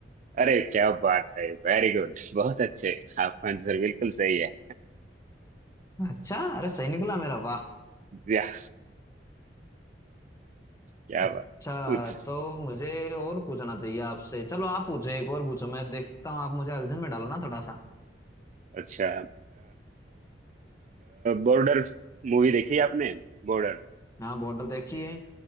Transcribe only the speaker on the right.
अरे क्या बात है वेरी गुड बहुत अच्छे आपका आंसर बिल्कुल सही है
या, क्या
बात कुछ
अच्छा बॉर्डर मूवी देखी है आपने बॉर्डर